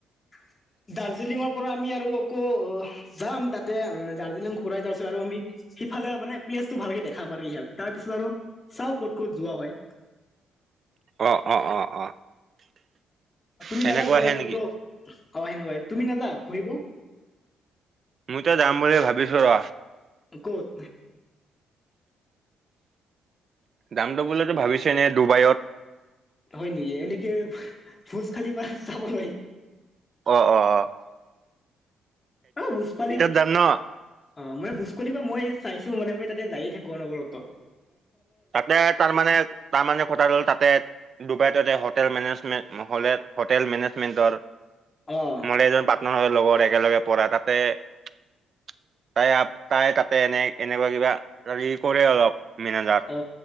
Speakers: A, on the left; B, on the right.
A: <inaudible> দাৰ্জিলিঙৰ পৰা আমি আৰু অকৌ অ যাম তাতে দাৰ্জিলিং ঘূৰাই তাৰপিছত আৰু আমি সিফালে মানে প্লেচটো ভালকে দেখাম আৰকি ইহাক তাৰ পিছত আৰু চাও ক'ত ক'ত যোৱা হয়! <inaudible>
B: অ' অ' অ' অ'।
A: তুমি
B: সেনেকুৱা
A: নাযা ফুৰবা
B: হে
A: কতো?
B: নেকি
A: <unintelligible> তুমি নাযা ঘুৰিব?
B: মুই ত যাম বুলি ভাবিছো ৰ।
A: কত?
B: যাম ত বুলিতো ভাবিছে এনে ডুবাইত।
A: হয় নেকি এনে কি ভোজ খালিফা চাবলৈ।
B: অ' অ' অ'।
A: অ বুজ পালি।
B: যাম ন
A: অ' মই ভোজকলিফা মই চাইছো মানে মই তাতে যায়ে থাকোঁ আৰু অনবৰত ত।
B: তাতে তাৰ মানে তাৰ মানে কথাটো হ'ল তাতে ডুবাই ততে হোটেল মেনেজ <unintelligible> হলে হোটেল মেনেজমেণ্টৰ
A: অ
B: মই এজন পাৰ্টনাৰৰ লগত একেলগে পঢ়া তাতে তাই আ তাই তাতে এনে - এনেকুৱা কিবা হেৰি কৰে অলপ মেনেজাৰ।
A: অ